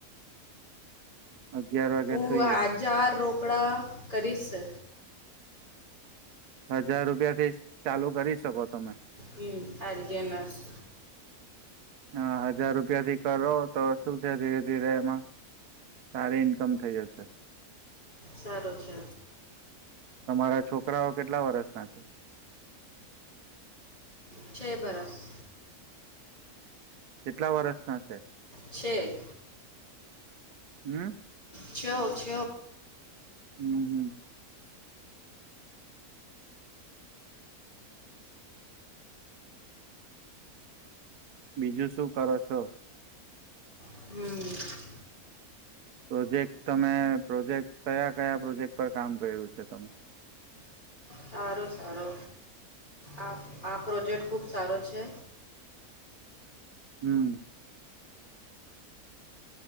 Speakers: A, on the right (about 85°); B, on the left (about 25°).
A: અગિયાર વાગે
B: હું
A: સુઈ જાવ
B: હજાર રોકડા કરીશ.
A: હજાર રૂપિયા થી ચાલુ કરી શકો તમે.
B: હ એલજએનસ.
A: હ હજાર રૂપિયા થી કરો તો શું છે ધીરે ધીરે એમાં સારી ઈન્કમ થઈ જશે.
B: સારું છે.
A: તમારા છોકરાઓ કેટલા વર્ષ ના છે?
B: છે બરસ.
A: કેટલા વર્ષનાશે?
B: છ
A: હમ
B: છ.
A: હમ હમ. બીજું શું કરો છો?
B: હમ.
A: પ્રોજેક્ટ તમે પ્રોજેક્ટ કયા કયા પ્રોજેક્ટ પર કામ કર્યું છે તમે?
B: સારો સારો, આ આ પ્રોજેક્ટ ખૂબ સારો છે.
A: હમ.